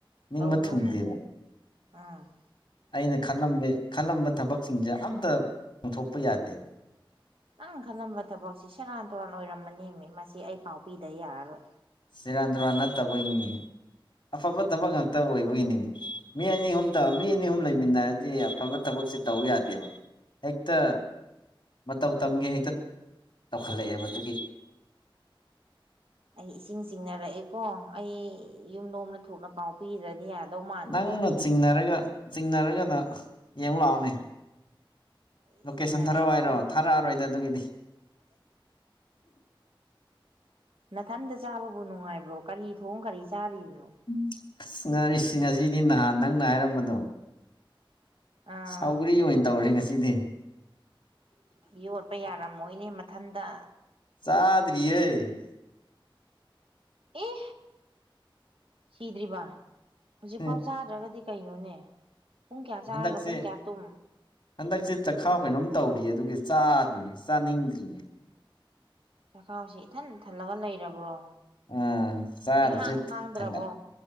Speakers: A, on the left (about 55°); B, on the right (about 85°).
A: ꯅꯤꯡꯕ
B: ꯇꯧꯅꯨꯅꯦ
A: ꯊꯨꯡꯗꯦꯕ
B: ꯑꯝ
A: ꯑꯩꯅ ꯈꯜꯂꯝꯃꯦ ꯈꯜꯂꯝꯕ ꯊꯕꯛꯁꯤꯡꯁꯦ ꯑꯝꯇ ꯄꯥꯡꯊꯣꯛꯄ ꯌꯥꯗꯦꯕ
B: ꯅꯪ ꯈꯜꯂꯝꯕ ꯊꯕꯛꯁꯤ ꯁꯦꯔꯥꯟ ꯇꯨꯔꯥꯟ ꯑꯣꯏꯔꯝꯃꯅꯦꯃꯤ ꯃꯁꯤ ꯑꯩ ꯄꯥꯎ ꯄꯤꯗ ꯌꯥꯔꯔꯣꯏ
A: ꯆꯦꯔꯥꯟ ꯇꯨꯔꯥꯟ ꯅꯠꯇꯕꯒꯤꯅꯤꯃꯤ ꯑꯐꯕ ꯊꯕꯛ ꯉꯥꯛꯇ ꯑꯣꯏꯕꯒꯤꯅꯤꯃꯤ ꯃꯤ ꯑꯅꯤ ꯑꯍꯨꯝꯇ ꯃꯤ ꯑꯅꯤ ꯑꯍꯨꯝ ꯂꯩꯃꯤꯟꯅꯔꯗꯤ ꯑꯐꯕ ꯊꯕꯛꯁꯦ ꯇꯧ ꯌꯥꯗꯦꯕ ꯍꯦꯛꯇ ꯃꯇꯧ ꯇꯝꯒꯦ ꯍꯦꯛꯇ ꯇꯧꯈꯠꯂꯛꯑꯦ ꯃꯗꯨꯒꯤ
B: ꯑꯩ ꯏꯁꯤꯡ ꯆꯤꯡꯅꯔꯛꯑꯦꯀꯣ ꯑꯩ ꯌꯨꯝ ꯂꯣꯝꯗ ꯊꯨꯅ ꯄꯥꯎ ꯄꯤꯔ ꯌꯥꯗꯧꯃꯥꯟ
A: ꯅꯪꯅ ꯆꯤꯡꯅꯔꯒ ꯆꯤꯡꯅꯔꯒꯅ ꯌꯦꯡꯉꯨ ꯂꯥꯛꯑꯣꯅꯦ
B: ꯑꯩ
A: ꯂꯣꯀꯦꯁꯟ
B: ꯆꯤꯡꯅꯔꯛꯏꯀꯣ
A: ꯊꯥꯔꯛꯑꯣ ꯍꯥꯏꯔꯣ ꯊꯥꯔꯛꯑꯔꯣꯏꯗ ꯑꯗꯨꯒꯤꯗꯤ
B: ꯅꯥꯊꯟꯗ ꯆꯥꯕꯕꯨ ꯅꯨꯡꯉꯥꯏꯕ꯭ꯔꯣ ꯀꯔꯤ ꯊꯣꯡ ꯀꯔꯤ ꯆꯥꯔꯤꯕꯅꯣ
A: ꯎꯝ ꯑꯁ ꯉꯔꯤꯁꯤ ꯉꯁꯤꯗꯤ ꯅꯍꯥꯟ ꯅꯪꯅ ꯍꯥꯏꯔꯝꯕꯗꯣ
B: ꯑꯥ
A: ꯁꯥꯎꯒ꯭ꯔꯤ ꯑꯣꯏꯅ ꯇꯧꯔꯦ ꯉꯁꯤꯗꯤ
B: ꯌꯣꯠꯄ ꯌꯥꯔꯝꯃꯣꯏꯅꯦ ꯃꯊꯟꯇ
A: ꯆꯥꯗ꯭ꯔꯤꯌꯦ
B: ꯑꯦ ꯁꯤꯗ꯭ꯔꯤꯕ ꯍꯧꯖꯤꯛꯐꯥꯎ
A: ꯎꯝ
B: ꯆꯥꯗ꯭ꯔꯒꯗꯤ ꯀꯩꯅꯣꯅꯦ ꯄꯨꯡ ꯀꯌꯥ ꯆꯥꯔꯒ
A: ꯍꯟꯗꯛꯁꯦ
B: ꯄꯨꯡ ꯀꯌꯥ ꯇꯨꯝ
A: ꯍꯟꯗꯛꯁꯦ ꯆꯥꯛꯈꯥꯎ ꯀꯩꯅꯣꯝ ꯇꯧꯔꯤꯌꯦ ꯑꯗꯨꯒꯤ ꯆꯥꯗ꯭ꯔꯤꯅꯦ ꯆꯥꯅꯤꯡꯗ꯭ꯔꯤꯌꯦ
B: ꯆꯈꯥꯎꯁꯦ ꯏꯊꯟ ꯊꯜꯂꯒ ꯂꯩꯔꯕ꯭ꯔꯣ
A: ꯎꯝ ꯆꯥꯗꯔꯁꯨ
B: ꯏꯍꯥꯡ ꯍꯥꯡꯗ꯭ꯔꯕꯣ
A: ꯊꯥꯟꯒꯠ